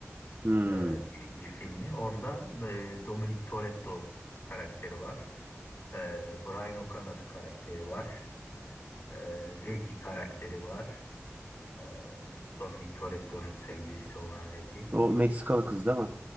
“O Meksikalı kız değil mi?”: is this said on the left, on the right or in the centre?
Right